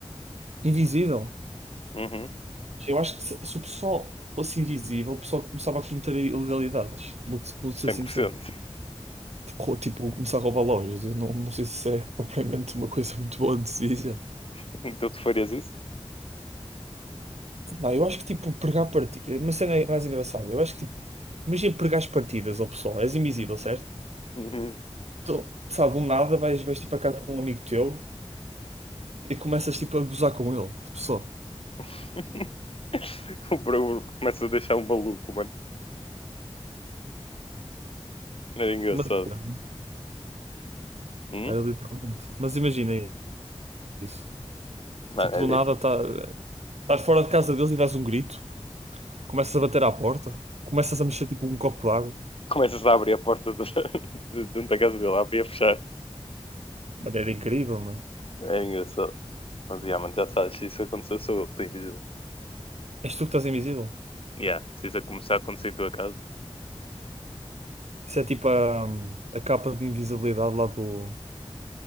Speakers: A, on the right; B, on the left.
A: Invisível.
B: Uhum,
A: Eu acho que se, se o pessoal fosse invisível, o pessoal começava a cometer ilegalidades. Vou-te vou-te
B: cem
A: ser sincero.
B: por cento.
A: Tipo, rou- tipo, começar a roubar lojas. Eu não, não sei se isso é <laughs> propriamente uma coisa muito boa de se dizer.
B: <laughs> Então tu farias isso?
A: Não, eu acho que tipo, pregar partidas. Uma cena mais engraçada. Eu acho que tipo, imagina pregar as partidas ao pessoal. És invisível, certo?
B: Uhum.
A: Então, sabe, do nada vais, vais tipo a casa de um amigo teu e começas tipo a gozar com ele. Tipo, só.
B: <laughs> O Bro começa a deixar um maluco, mano. Era engraçado.
A: Mas era,
B: Hum?
A: era literalmente. Mas imagina aí. Isso.
B: Mano,
A: Tipo,
B: é
A: do
B: de-
A: nada tá, estás fora de casa deles e dás um grito, começas a bater à porta, começas a mexer tipo um copo d'água.
B: Começas a abrir a porta do- <laughs> de dentro da casa dele, a abrir e a fechar.
A: Mano, era incrível, mano.
B: Era engraçado. Mas, yeah, mano, já sabes, se isso aconteceu, sou eu que tenho de dizer.
A: És tu que estás invisível.
B: Yeah, se isso começar a acontecer em tua casa,
A: Isso é tipo a, a capa de invisibilidade lá do,